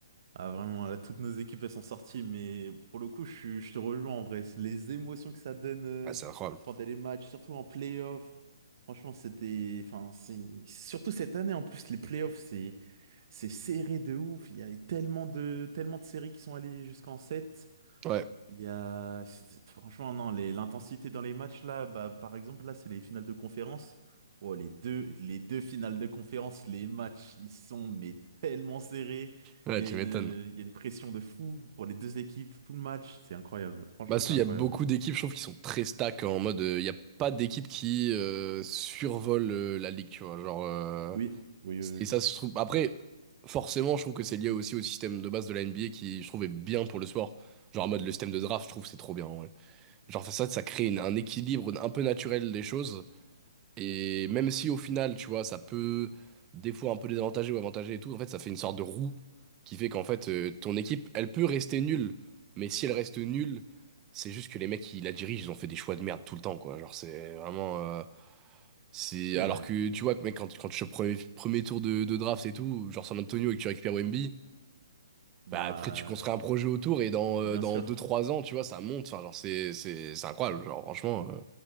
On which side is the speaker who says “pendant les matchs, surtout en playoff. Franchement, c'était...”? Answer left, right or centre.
Right